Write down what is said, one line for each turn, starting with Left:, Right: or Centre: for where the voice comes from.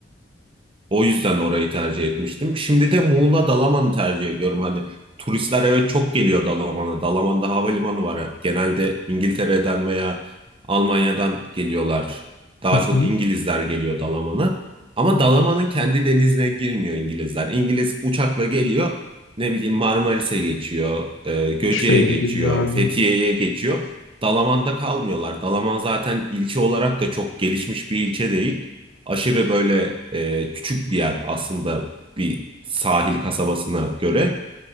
Right: O yüzden orayı tercih etmiştim. Şimdi de Muğla Dalaman'ı tercih ediyorum. Hani turistler evet çok geliyor Dalaman'a. Dalaman'da havalimanı var. Genelde İngiltere'den veya Almanya'dan geliyorlar. Daha
Left: Hı
Right: çok
Left: hı.
Right: İngilizler geliyor Dalaman'a. Ama Dalaman'ın kendi denizine girmiyor İngilizler. İngiliz uçakla geliyor. Ne bileyim Marmaris'e geçiyor, e, Göce'ye
Left: Başka yere
Right: geçiyor,
Left: gidiyor yani.
Right: Fethiye'ye geçiyor. Dalaman'da kalmıyorlar. Dalaman zaten ilçe olarak da çok gelişmiş bir ilçe değil aşırı böyle e, küçük bir yer aslında bir sahil kasabasına göre.